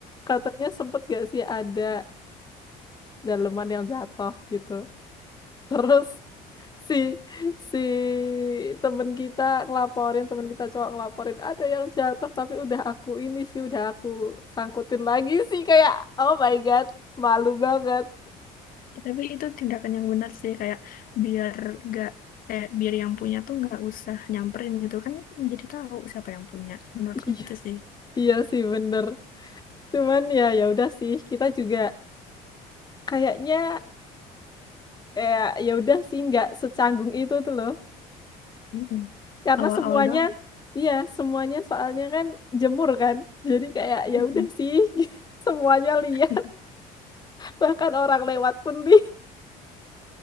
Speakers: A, on the left; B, on the left.
A: katanya sempet gak sih ada daleman yang jatuh gitu. terus si si temen kita ngelaporin temen kita cowok ngelaporin ada yang jatuh tapi udah aku ini sih udah aku sangkutin lagi sih kayak oh my god malu banget
B: Ya, Tapi itu tindakan yang benar sih kayak biar gak kayak biar yang punya tuh nggak usah nyamperin gitu kan jadi tahu siapa yang punya. Menurutku
A: <laughs> Iya,
B: gitu sih.
A: iya sih bener. Cuman ya ya udah sih kita juga kayaknya eh ya udah sih nggak secanggung itu tuh loh.
B: Mm-mm.
A: Karena
B: Awal-awal
A: semuanya
B: doang.
A: iya semuanya soalnya kan jemur kan. Jadi kayak ya
B: Mm-mm.
A: udah sih <laughs> semuanya liar.
B: <laughs>
A: bahkan orang lewat pun dia